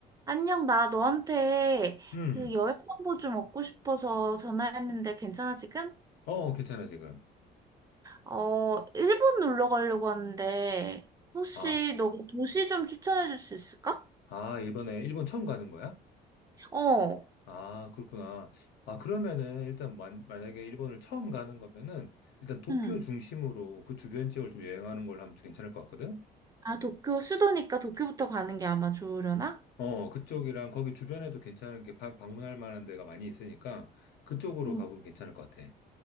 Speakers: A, on the right; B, on the left.
A: 안녕, 나 너한테
B: 음,
A: 그 여행 정보 좀 얻고 싶어서 전화했는데 괜찮아, 지금?
B: 어, 괜찮아, 지금.
A: 어, 일본 놀러 가려고 하는데 혹시
B: 아,
A: 너 도시 좀 추천해 줄 수 있을까?
B: 아, 이번에 일본 처음 가는 거야?
A: 어,
B: 아, 그렇구나. 아, 그러면은, 일단, 만, 만약에 일본을 처음 가는 거면은, 일단 도쿄
A: 응.
B: 중심으로 그 주변 지역을 좀 여행하는 걸로 하면 좀 괜찮을 것 같거든?
A: 아, 도쿄, 수도니까 도쿄부터 가는 게 아마 좋으려나?
B: 어, 그쪽이랑 거기 주변에도 괜찮은 게 바- 방문할 만한 데가 많이 있으니까, 그쪽으로
A: 응.
B: 가보면 괜찮을 것 같아.